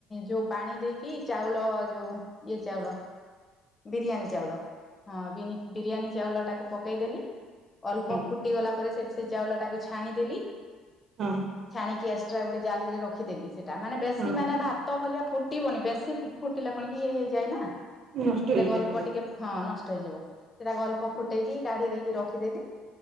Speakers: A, on the left (about 20°); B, on the right (about 50°).
A: ଯେଉ ପାଣି ଦେଇକି ଚାଉଳ ଯୋଉ ଇଏ ଚାଉଳ। ବିରିୟାନୀ ଚାଉଳ ହଁ ବିରିୟାନୀ ଚାଉଳ ଟାକୁ ପକେଇଦେଲି ଅଳ୍ପ
B: ହଁ
A: ଫୁ ଫୁଟି ଗଲା ପରେ ସେ ସେ ଚାଉଳ ଟାକୁ ଛାଣିଦେଲି।
B: ହଁ।
A: ଛାଣିକି ଏକ୍ସଟ୍ରା ଗୋଟେ ଜାଲିରେ ରଖିଦେଲି ସେଟା ମାନେ ବେଶୀ
B: ହଁ
A: ମାନେ
B: ହଁ
A: ଭାତ ଭଳିଆ ଫୁ ଫୁଟିବନି ବେଶୀ ଫୁଟିଲା କଣ କି ଇଏ ହେଇଯାଏ ନା।
B: ନଷ୍ଟ
A: ସେଟା
B: ହେଇଯିବ
A: ଗଳ୍ପ ଟିକେ ହଁ ନଷ୍ଟ ହେଇଯିବ ସେଟା ଗଳ୍ପ ଫୁଟେଇକି କାଢି ଦେଇକି ରଖିଦେଲି।